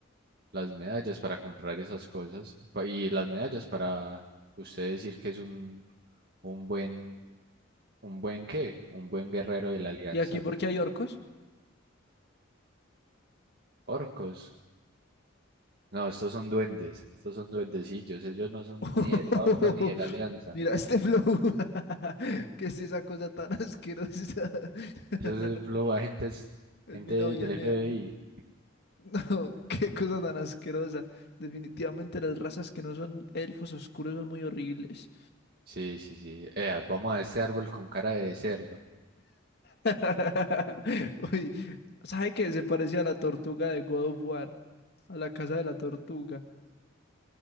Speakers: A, on the right (about 50°); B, on the left (about 55°).
A: las medallas para comprar esas cosas. pa- Y las medallas para usted decir que es un, un buen, un buen qué, un buen guerrero de la alianza.
B: ¿Y aquí porque hay orcos?
A: Orcos. No, estos son duendes, estos son duendecillos, ellos no son
B: <laughs>
A: ni de la Horda ni de la Alianza.
B: Mira este flow. <laughs> ¿Qué es esa cosa tan asquerosa? <laughs>
A: esos es flow agentes,
B: Es
A: gente
B: mi novia,
A: del
B: Nea.
A: FBI.
B: <laughs> No, Qué cosa tan asquerosa. Definitivamente las razas que no son elfos oscuros son muy horribles.
A: Sí, sí, sí. Eh, vamos a este árbol con cara de cerdo.
B: <laughs> Uy, ¿sabe qué? Se parecía a la tortuga de God of War, a la casa de la tortuga.